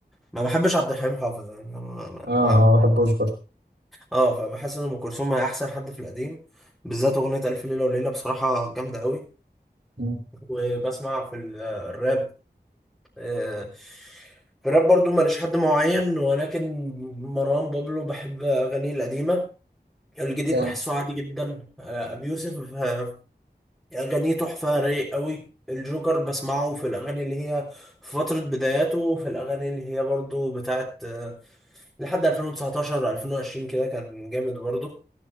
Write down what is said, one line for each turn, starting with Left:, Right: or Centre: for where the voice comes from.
Centre: ما بحبش عبد الحليم حافظ يعني أنا ما
Right: اه آه،
Centre: ما-
Right: ما بحبوش برضه
Centre: اه فبحس ان ام كلثوم هي احسن حد في القديم بالذات اغنيه الف ليله وليله بصراحه جامده قوي
Right: مم.
Centre: وبسمع في ال- الراب آه، في الراب برضو ماليش حد معين ولكن مروان بابلو بحب اغانيه القديمه الجديد
Right: كام؟
Centre: بحسه عادي جدا آه، ابي يوسف آه، أغانيه تحفة رايق قوي الجوكر بسمعه في الأغاني اللي هي في فترة بداياته وفي الأغاني اللي هي برضو بتاعت آه، لحد 2019 2020 كده كان جامد برضو